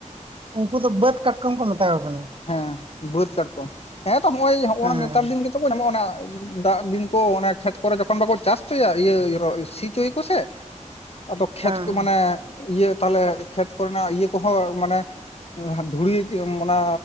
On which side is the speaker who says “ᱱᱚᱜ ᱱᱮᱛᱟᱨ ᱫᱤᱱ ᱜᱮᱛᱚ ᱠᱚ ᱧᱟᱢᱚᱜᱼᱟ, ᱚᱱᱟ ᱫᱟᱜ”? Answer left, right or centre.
Left